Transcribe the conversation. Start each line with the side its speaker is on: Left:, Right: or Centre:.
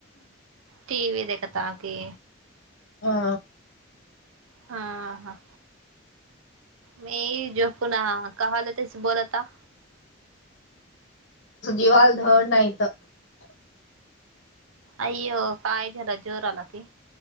Right: टी व दे कता क
Left: हा
Right: हा ह मी जो पुन्हा कलं तस बोलता
Left: जीवालधड नाहीत
Right: अयो कायजला जोरला की